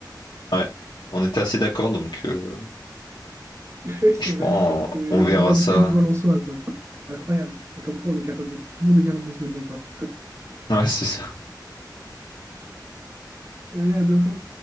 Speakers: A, on the left; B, on the right.
A: Ouais, on était assez d'accord, donc euh,
B: <laughs> Oui, c'est
A: franchement,
B: vrai. Alors qu'il y
A: on
B: a une
A: verra
B: rivalité
A: ça.
B: lillois-lensois,
A: <laughs>
B: quoi. Incroyable. Comme quoi, on est capable de... tout le monde est capable de se mettre d'accord.
A: Ouais, c'est ça.
B: Allez, à bientôt.